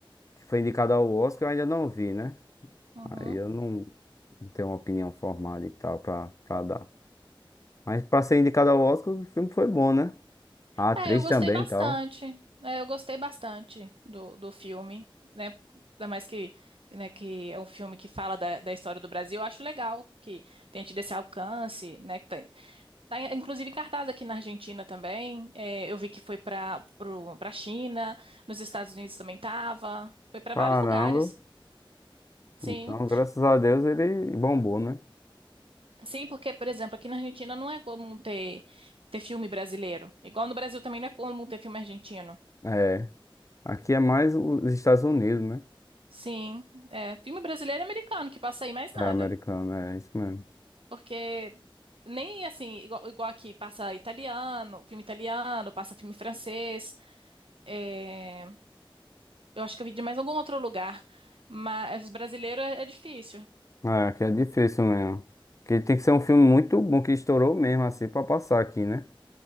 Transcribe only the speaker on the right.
Uhum.
É, eu gostei
bastante.
É, eu gostei bastante do, do filme, né? Ainda mais que, né, que é um filme que fala da, da história do Brasil. Eu acho legal que tenha tido esse alcance, né? que Tá, tá, inclusive em cartaz aqui na Argentina também. É, eu vi que foi para para China, nos Estados Unidos também tava. Foi para
vários lugares. Sim.
Sim, porque, por exemplo, aqui na Argentina não é comum ter, ter filme brasileiro. Igual no Brasil também não é comum ter filme argentino.
Sim, é, filme brasileiro e americano que passa aí mais nada.
Porque nem assim, igual, igual aqui, passa italiano, filme italiano, passa filme francês. é, eu acho que eu vi de mais algum outro lugar. Mas brasileiro é é difícil.